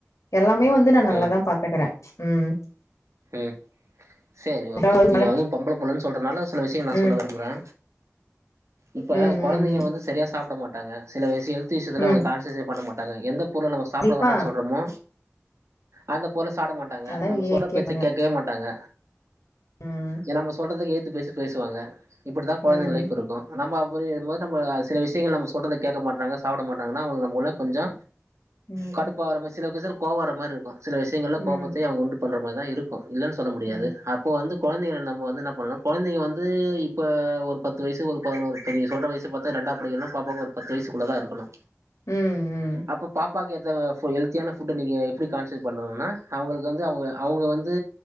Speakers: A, on the left; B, on the right.
A: எல்லாமே வந்து நா நல்லாதா
B: ம்
A: பாத்துக்கறே ம்
B: ம் சேரி ஓகே
A: ம்
B: நீங்க வந்து பொம்பள புள்ளன்னு சொல்றதுனால சில விஷிய நா
A: ம்
B: சொல்ல விரும்புறே இப்ப
A: ம்
B: கொழந்தைங்க
A: ம்
B: வந்து சரியா சாப்ட மாட்டாங்க சில விஷி ஹெல் திஸ்ஸுஸெல்லா
A: ம்
B: அவங்க கான்சசே பண்ண மாட்டாங்க எந்த பொருள நம்ம
A: கண்டிப்பா
B: சாப்ட வேனா சொல்றோமோ அந்த பொருள சாப்ட மாட்டாங்க
A: அதா
B: நம்ம சொல்ற
A: கேப்பாங்க
B: பேச்ச கேக்கவே மாட்டாங்க
A: ம்
B: ஏ நாம சொல்றத்துக்கு ஏய்த்து பேசி பேசுவாங்க இப்டிதா கொழந்தைங்க
A: ம்
B: லைஃப் இருக்கு நம்ப அப்டி <unintelligible> சில விஷயங்கள் நம்ம சொல்றத கேக்க மாட்றாங்க சாப்ட மாட்றாங்கன்னா அவங்க நம்முளே கொஞ்சோ
A: ம்
B: கடுப்பாற மாரி சில <unintelligible> கோவ வரமாரி இருக்கு சில விஷயங்கள்ல
A: ம்
B: கோபத்தையு அவங்க உண்டு பண்ற மாரிதா இருக் கு இல்லன்னு சொல்ல
A: ம்
B: முடியாது
A: ம்
B: அப்போ வந்து கொழந்தைகள நம்ம வந்து என்னா பண்ணுனா கொழந்தைங்க வந்து இப்போ ஒரு பத்து வயசு ஒரு பதினோரு இப்ப நீங்க சொல்ற வயசு பாத்தா ரெண்டா படிக்றுனா பாப்பாக்கு ஒரு பத்து வயசுக்குள்ள தா இருக்குணு
A: ம் ம்
B: அப்ப பாப் பாக்கு ஏத்த ஃபு ஹெல்த்தியான ஃபுட்ட நீங்க எ எப்டி கான்சிடர் பண்ணணுனா அவுங்களுக்கு வந்து அவுங்க அவுங்க வந்து